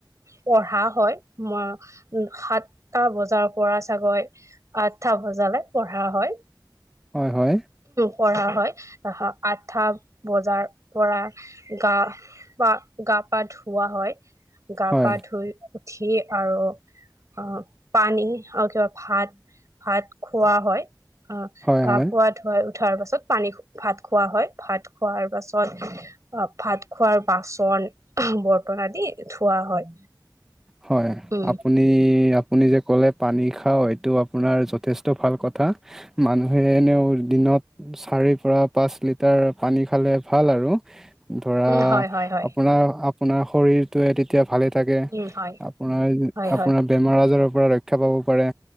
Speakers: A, on the right; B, in the centre.
A: পঢ়া হয়, মই সাতটা বজাৰ পৰা চাগৈ আঠটা বজালৈ পঢ়া হয়।
B: হয়, হয়।
A: পঢ়া হয়, আহ আঠা বজাৰ পৰা গা পা গা গা পা ধুৱা হয়, গা
B: হয়
A: পা ধুই উঠি আৰু অ', পানী আৰু কিবা ভাত-ভাত খোৱাা হয়। অ',
B: হয় হয়
A: <unintelligible> উঠাৰ পাছত পানী ভাত খোৱা হয়, ভাত খোৱাৰ পাছত অ', ভাত খোৱাৰ বাচন বৰ্তন আদি ধোৱা হয়।
B: হয়,
A: উম
B: আপুনি আপুনি যে ক'লে পানী খাও এইটো আপোনাৰ যথেষ্ট ভাল কথা, মানুহে এনেও দিনত চাৰিৰ পৰা পাঁচ লিটাৰ পানী খালে ভাল আৰু। ধৰা,
A: উম হয় হয় হয়
B: আপোনাৰ, আপোনাৰ শৰীৰটোয়ে, তেতিয়া ভালে থাকে।
A: উম হয়
B: আপোনাৰ,
A: হয়
B: আপোনাৰ
A: হয়
B: বেমাৰ-আজাৰৰ পৰা ৰক্ষা পাব পাৰে।